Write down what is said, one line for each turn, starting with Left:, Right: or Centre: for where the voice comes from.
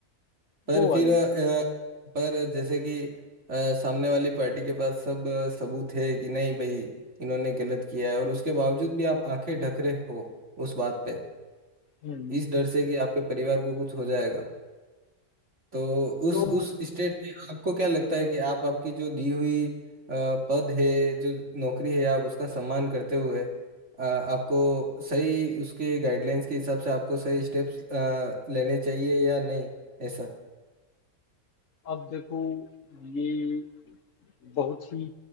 Right: पर
Left: वो वाली
Right: फिर अ,
Left: बात है
Right: पर जैसे कि अ, सामने वाली पार्टी के पास सब अ, सबूत है कि नहीं भाई इन्होंने गलत किया है और उसके बावजूद भी आप आंखें ढक रहे हो उस बात पे
Left: हम्म
Right: इस डर से कि आपके परिवार को कुछ हो जाएगा तो
Left: तो
Right: उस उस स्टेट में आपको क्या लगता है कि आप आपकी जो दी हुई अ, पद है जो नौकरी है आप उसका सम्मान करते हुए अ, आपको सही उसके गाइडलाइंस के हिसाब से आपको सही स्टेप्स लेने चाहिए या नहीं ऐसा
Left: अब देखो ये बहुत ही